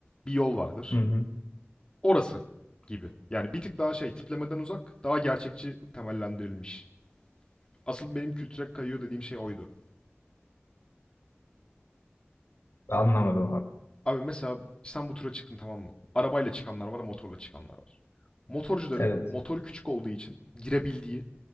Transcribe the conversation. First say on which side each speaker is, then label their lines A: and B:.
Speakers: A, on the left (about 20°); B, on the left (about 75°).
A: bir yol vardır.
B: Hı hı.
A: Orası gibi. Yani bir tık daha şey, tiplemeden uzak, daha gerçekçi temellendirilmiş. Asıl benim kültüre kayıyor dediğim şey oydu.
B: anlamadım abi.
A: Abi mesela İstanbul tura çıktın tamam mı? Arabayla çıkanlar var, motorla çıkanlar var. Motorcuların
B: Evet.
A: motoru küçük olduğu için girebildiği